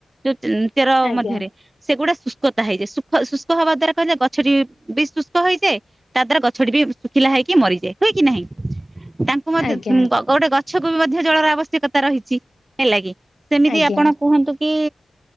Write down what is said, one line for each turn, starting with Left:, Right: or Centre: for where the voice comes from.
Right: ଯୋ ଚେର
Left: ଆଜ୍ଞା
Right: ମଧ୍ୟରେ ସେଗୁଡ଼ା ଶୁ ଶୁଷ୍କତା ହେଇଯାଏ, ଶୁ ଶୁଷ୍କ ହେବା ଦ୍ୱାରା କହିଲେ, ଗଛଟି ବି ଶୁଷ୍କ ହେଇଯାଏ, ତା ଦ୍ଵାରା ଗଛଟି ବି ଶୁଖିଲା ହେଇକି ମରିଯାଏ । ହୁଏ କି ନାହିଁ, ତାଙ୍କୁ ମ
Left: ଆଜ୍ଞା
Right: ଗୋଟେ ଗ ଗଛକୁ ବି ମଧ୍ୟ, ଜଳର ଆବଶ୍ୟକତା ରହିଛି, ହେଲା କିି ସେମିତି
Left: ଆଜ୍ଞା
Right: ଆପଣ କୁହନ୍ତୁ। କି